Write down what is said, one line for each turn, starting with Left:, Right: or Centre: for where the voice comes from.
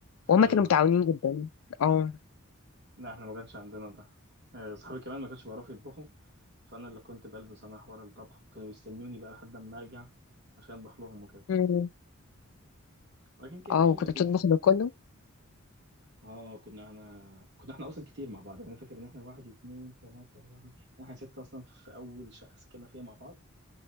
Left: وهم
Right: حلو
Left: كانوا
Right: ده
Left: متعاونين جدا اه
Right: لا احنا ما كانش عندنا ده آه، اصحابي كمان ما كانش بيعرفوا يطبخوا فانا اللي كنت بلبس انا حوار الطبخ وكانوا يستنوني بقى لحد ما ارجع عشان اطبخ لهم وكده
Left: مم.
Right: ولكن كانت
Left: اه
Right: ايام
Left: وكنت
Right: لطيفه
Left: بتطبخ
Right: يعني
Left: لكله
Right: اه كنا انا كنا احنا اصلا كتير مع بعض يعني انا فاكر ان احنا واحد اتنين تلاته اربعه خمسه احنا سته اصلا في اول شقه سكننا فيها مع بعض